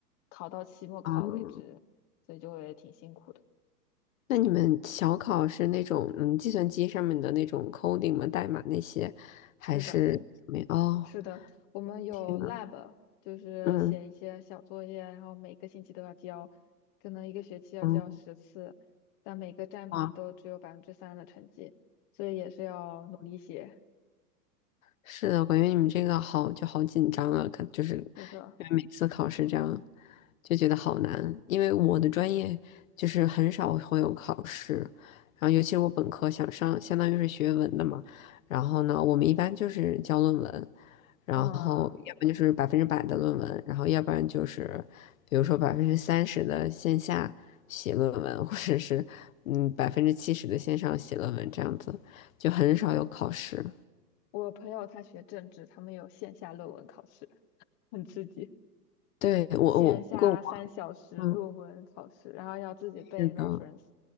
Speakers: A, on the left; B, on the left.
A: 考到期末考为止，
B: 哦。
A: 所以就会挺辛苦的。
B: 那你们小考是那种嗯，计算机上面的那种 coding 吗？代码那些，还是没？
A: 是的。
B: 哦，
A: 是的，我们有
B: 天呐，
A: lab，就是写一些小作业，
B: 嗯
A: 然后每个星期都要交，可能一个学期要交十次，
B: 嗯，
A: 但每个占比都只有百分之三的成绩，
B: 嗯。
A: 所以也是要努力写。
B: 是的，我感觉你们这个好就好紧张啊，感就是因
A: 是的，
B: 为每次考试这样就觉得好难。因为我的专业就是很少会有考试，然后尤其是我本科想上，相当于是学文的嘛，然后呢，我们一般就是交论文，然后要不然就是百分之百的论文，
A: 啊，
B: 然后要不然就是比如说百分之三十的线下写论文，或者是嗯百分之七十的线上写论文这样子，就很少有考试。
A: 我朋友他学政治，他们有线下论文考试，很刺激，
B: 对，我我不过我
A: 线下三小时论文考试，
B: 嗯，
A: 然后要自己背
B: 是的，
A: reference，